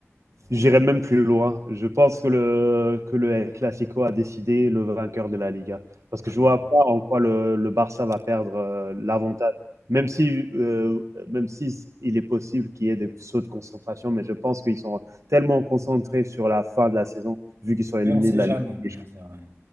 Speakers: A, on the right; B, on the right.
A: J'irai même plus loin. Je pense que le, que le El Clasico a décidé le vainqueur de la Liga. Parce
B: Ah
A: que je
B: oui.
A: vois pas en quoi le, le Barça va perdre euh, l'avantage. Même si, euh, même si s- il est possible qu'il y ait des sauts de concentration, mais je pense qu'ils sont tellement concentrés sur la fin de la saison, vu qu'ils sont éliminés
B: Mais on ne sait
A: de la
B: jamais,
A: Ligue
B: bien
A: des
B: sûr. ouais.